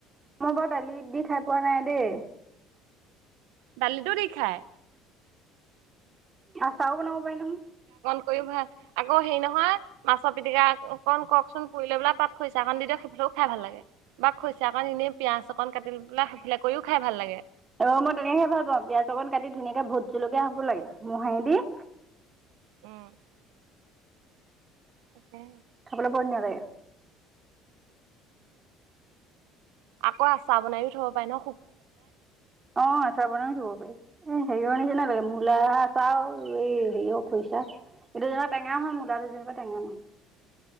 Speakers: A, on the right; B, on the right.
A: মই বাৰু দালিত দি খাই পোৱা নাই দেই।
B: দালিটো দি খায়।
A: আচাও বনাব পাৰি নহয়।
B: কৰি ভাল আক হেৰি নহয় মাছৰ পিটিকা অকন কওকচোন পুৰিলৈ পেলাই তাত খৰিইছা কাৰণ দি সেইফাল। খাই ভাল লাগে। বা খৰিচা অকন এনেই পিয়াজ অকণ কাটি পেলায় তেনেকে কৰিও খাই ভাল লাগে।
A: অ মই তেনেকহে ভাল পাওঁ পিয়য়াজ অকণ কাটি ধুনীয়াকে ভোট জলকীয়া হ'বোৰ লাগে মোহাৰি দি <inaudible>
B: উম। তাকে।
A: খবলে বৰ ধুনীয়া লাগে।
B: আকৌ আচাৰ বনাইও থব পাৰে ন।
A: অ আচাৰ বনামি দব পাৰি এ <unintelligible> মূলা। চাও এই হেৰিয়ও খৰিছা এইটো যেনিবা টেঙা হয় মূলাটো যেনিবা টেঙা নহ।